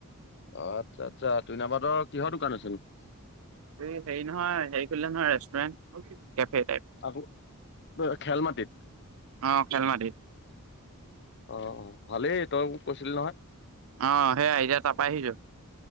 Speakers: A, on the left (about 55°); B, on the right (about 70°).
A: অ', আচ্ছা আচ্ছা তুইনা বাহতৰ কিহৰ দোকান আছেনো?
B: এই হেৰি নহয় হেৰি খুলিলে নহয় ৰেষ্টুৰেণ্ট কেফে টাইপ
A: আকৌ খেল মাটিত
B: অ', খেলমাটিত
A: অ', অ', ভালেই তই মোক কৈছিলি নহয়।
B: অ' সেয়া এতিয়া তাৰপা আহিছো